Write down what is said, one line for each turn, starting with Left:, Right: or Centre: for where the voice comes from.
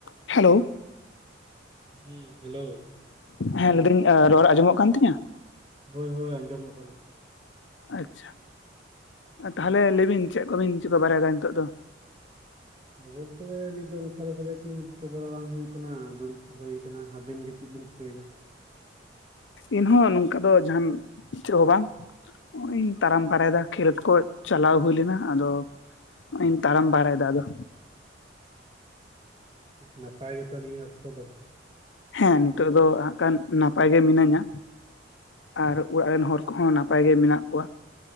Left: Hello
Right: ᱦᱮᱸ hello
Left: ᱦᱮᱸ ᱞᱟᱹᱭᱫᱟᱹᱧ ᱨᱚᱲ ᱟᱸᱡᱚᱢᱚᱜ ᱠᱟᱱ ᱛᱤᱧᱟᱹ
Right: ᱦᱳᱭ ᱦᱳᱭ ᱟᱸᱡᱚᱢᱚᱜ ᱠᱟᱱᱟ᱾
Left: ᱟᱪᱪᱷᱟ ᱛᱟᱦᱞᱮ ᱞᱟᱹᱭ ᱵᱤᱱ ᱪᱮᱫ ᱠᱚᱵᱤᱱ ᱪᱮᱫ ᱠᱚ ᱵᱟᱲᱟᱭᱮᱫᱟ ᱱᱤᱛᱚᱜ ᱫᱚ
Right: ᱵᱚᱞᱛᱮ ᱱᱤᱛ ᱫᱚ ᱚᱱᱠᱟ ᱞᱮᱠᱟᱛᱮ ᱪᱮᱫ ᱪᱤᱠᱟᱹ ᱵᱟᱲᱟ ᱵᱟᱝ ᱦᱩᱭᱩᱜ ᱠᱟᱱᱟ ᱫᱩᱲᱩᱵ ᱠᱚ ᱦᱩᱭ ᱟᱠᱟᱱᱟ ᱟᱵᱮᱱ ᱜᱮ ᱪᱮᱫ ᱵᱤᱱ ᱪᱤᱠᱟᱹᱭᱫᱟ
Left: ᱤᱧᱦᱚᱸ ᱱᱚᱝᱠᱟ ᱫᱚ ᱡᱟᱦᱟᱱ ᱪᱟᱹᱜ ᱦᱚᱸ ᱵᱟᱝ ᱱᱚᱜᱼ ᱤᱧ ᱛᱟᱨᱟᱢ ᱵᱟᱨᱟᱭ ᱭᱮᱫᱟ ᱠᱷᱮᱞᱳᱰ ᱠᱚ ᱪᱟᱞᱟᱣ ᱦᱩᱭ ᱞᱮᱱᱟ ᱟᱫᱚᱧ ᱛᱟᱲᱟᱢ ᱵᱟᱲᱟᱭᱟ ᱟᱫᱟ
Right: ᱱᱟᱯᱟᱭ ᱜᱮᱛᱚ ᱱᱤᱭᱟ. ᱚᱠᱛᱚ ᱫᱚ
Left: ᱦᱮᱸ ᱱᱤᱛᱚᱜ ᱫᱚ ᱦᱜ ᱠᱷᱟᱱ ᱱᱟᱯᱟᱭ ᱜᱮ ᱢᱤᱱᱟᱹᱧᱟ ᱟᱨ ᱚᱲᱟᱜ ᱨᱮᱱ ᱦᱚᱲ ᱠᱚᱦᱚᱸ ᱱᱟᱯᱟᱭ ᱜᱮ ᱢᱮᱱᱟᱜ ᱠᱚᱣᱟ